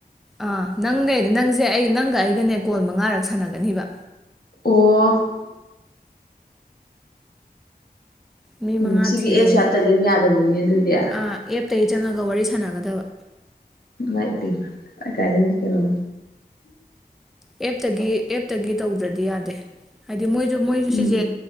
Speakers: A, in the centre; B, on the left (about 70°).
A: ꯑꯥ ꯅꯪꯅꯦ ꯅꯪꯖꯦ ꯑꯩ ꯅꯪꯒ ꯑꯩꯒꯅꯦ ꯀꯣꯜ ꯃꯉꯥꯔꯛ ꯁꯥꯟꯅꯒꯅꯤꯕ
B: ꯑꯣ
A: ꯃꯤ
B: ꯎꯝ
A: ꯃꯉꯥ
B: ꯁꯤꯒꯤ
A: ꯊꯤꯗꯣꯏꯅꯦ
B: ꯑꯦꯞꯁꯦ ꯍꯥꯞꯇꯗꯤ ꯑꯗꯨꯝ ꯌꯥꯗꯕꯅꯤꯅꯦ ꯑꯗꯨꯗꯤ
A: ꯑꯥ ꯑꯦꯞꯇꯒꯤ ꯆꯪꯉꯒ ꯋꯥꯔꯤ ꯁꯥꯟꯅꯒꯗꯕ
B: ꯏꯃꯥꯏꯄꯦꯝꯃ ꯀꯥꯏ ꯀꯥꯏꯗꯩ ꯀꯩꯅꯣ
A: ꯑꯦꯞꯇꯒꯤ ꯑꯦꯞꯇꯒꯤ ꯇꯧꯗ꯭ꯔꯗꯤ ꯌꯥꯗꯦ ꯍꯥꯏꯗꯤ ꯃꯣꯏꯖꯨ ꯃꯣꯏꯖꯨ
B: ꯎꯝ
A: ꯁꯤꯁꯦ